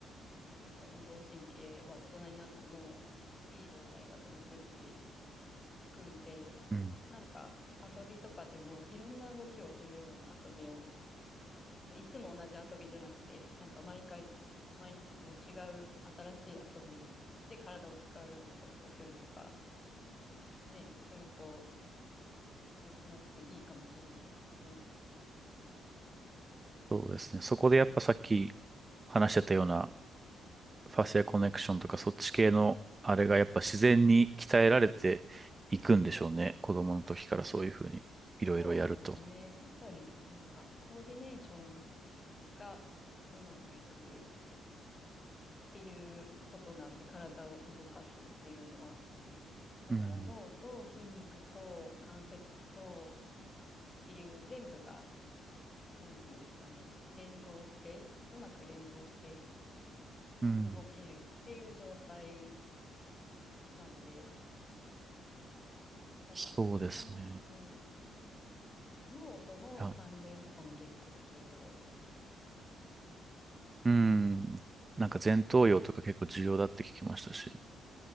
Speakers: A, on the left (about 30°); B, on the right (about 25°).
A: なんか運動神経は大人になってもいい状態が続くって聞くんで、
B: うん。
A: なんか遊びとかでもいろんな動きをするような遊びをいつも同じ遊びじゃなくて、なんか毎回、毎日こう違う新しい遊びで体を使うようなことをするとか、ね、すると、後々いいかもしれないですよね。
B: そうですね。そこでやっぱさっき話してたような、ファシアコネクションとかそっち系のあれがやっぱ自然に鍛えられていくんでしょうね。子供の時からそういうふうにいろいろやると。
A: そうですね。やっぱり、なんか、コーディネーションがうまくいくっていうことなんで、体を動かすっていうのは、だから脳と筋肉と関節と
B: うん。
A: っていう全部が、なんていうんですかね、連動して、うまく連動して、
B: うん。
A: 動けるっていう状態なんで、なんかそこの、
B: そうですね。
A: うん、脳との関連とかも結構重要ですね。
B: あ、うん。なんか前頭葉とか結構重要だって聞きましたし。